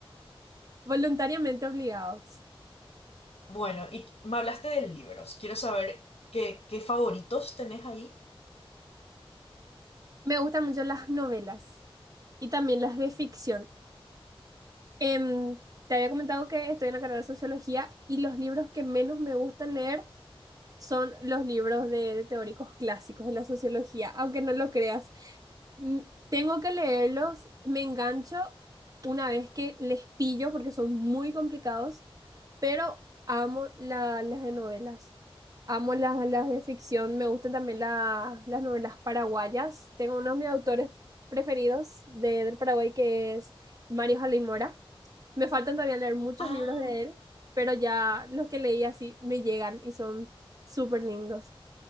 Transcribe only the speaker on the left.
Bueno, y me hablaste de libros, quiero saber qué, qué favoritos tenés ahí.
Ah,